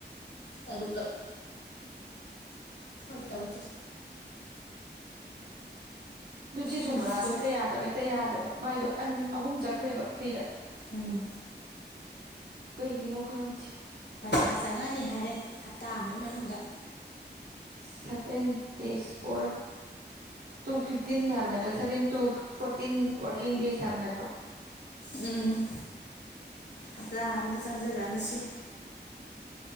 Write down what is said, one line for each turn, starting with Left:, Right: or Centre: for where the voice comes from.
Left: ꯇꯔꯨꯛꯂꯛ ꯍꯣꯏ ꯇꯕꯨ ꯆ
Right: ꯂꯨꯆꯤ ꯁꯨ
Left: ꯄꯥꯝꯁꯦ
Right: ꯃꯂꯥꯗꯣ ꯍꯦꯛꯇ ꯌꯥꯗꯕ ꯍꯦꯛꯇ ꯌꯥꯗꯕ ꯃꯥꯏꯗꯣ ꯑꯍꯨꯝ ꯆꯠꯈ꯭ꯔꯦꯕ ꯐ꯭ꯔꯤꯗ
Left: ꯎꯝ
Right: ꯀꯩꯒꯤꯅꯣ ꯈꯪꯗꯦ
Left: ꯄꯩꯁꯥ ꯆꯪꯉꯛꯑꯅꯤ ꯍꯥꯏꯔꯦ ꯇꯥ ꯑꯃꯒꯤ ꯃꯅꯨꯡꯗ
Right: seven days or two fifteen ꯍꯥꯏꯕ ꯅꯠꯇ꯭ꯔꯥ seven two fourteen working days ꯍꯥꯏꯕ ꯅꯠꯇ꯭ꯔꯣ
Left: ꯎꯝ ꯍꯞꯇꯥ ꯑꯝꯗ ꯆꯪꯖꯔꯛꯑꯅꯤꯁꯤꯦ